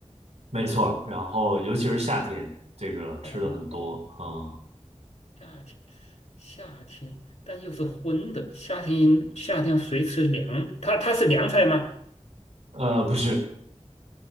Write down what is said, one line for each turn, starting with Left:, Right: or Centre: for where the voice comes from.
Right: 没错。然后尤其是夏天，
Left: 嗯
Right: 这个吃的很多。
Left: 夏天哦，
Right: 啊。
Left: 夏天，夏天，但又是荤的。夏天，夏天谁吃凉？它它是凉菜吗？
Right: 呃，不是，